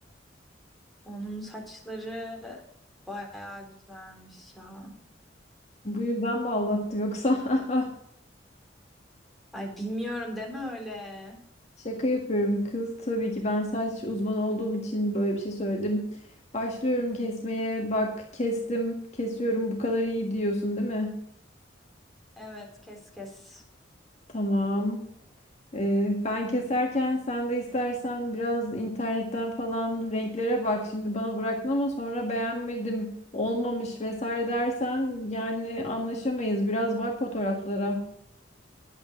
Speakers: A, in the centre; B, on the left (about 35°).
A: Onun saçları bayağı güzelmiş ya.
B: Bu yüzden mi aldattı yoksa? <laughs>
A: Ay bilmiyorum deme öyle.
B: Şaka yapıyorum kız. Tabii ki ben saç uzmanı olduğum için böyle bir şey söyledim. Başlıyorum kesmeye. Bak kestim, kesiyorum. Bu kadar iyi diyorsun, değil mi?
A: Evet kes kes.
B: Tamam. Ee, ben keserken sen de istersen biraz internetten falan renklere bak. Şimdi bana bıraktın ama sonra beğenmedim, olmamış vesaire dersen yani anlaşamayız. Biraz bak fotoğraflara.